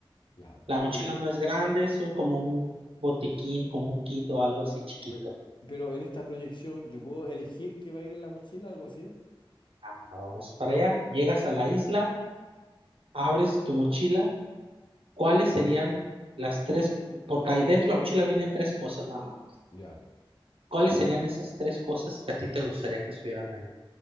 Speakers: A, on the left (about 60°); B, on the right (about 85°).
A: Ya, pe-
B: La mochila
A: pero,
B: no es grande, es un- como un botiquín, como un kit o algo así chiquito.
A: pe- pero en esta proyección yo puedo elegir qué va a ir en la mochila, algo así.
B: Ah, Vamos para allá, llegas a la isla, abres tu mochila, ¿cuáles serían las tres? Porque ahí dentro de la mochila vienen tres cosas nada más.
A: Ya.
B: ¿Cuáles serían esas tres cosas que a ti te gustaría que estuvieran ahí?